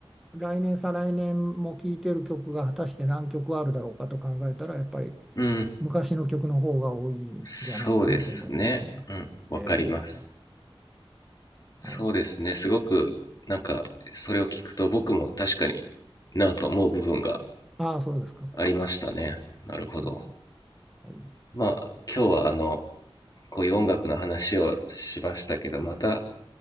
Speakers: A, in the centre; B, on the left.
A: う来年再来年も聴いてる曲が果たして何曲あるだろうかと考えたらやっぱり
B: うん。
A: 昔の曲の方が多いんじゃないかなと思いますね。
B: そうですね。うん。わかります。
A: え
B: そうですね。
A: えはい、
B: すごく、なんか、それを聞くと僕も確かになぁと思う部分が
A: ああそうですか。
B: ありましたね。なるほど。
A: ええはい、
B: まあ、今日はあの、こういう音楽の話をしましたけど、また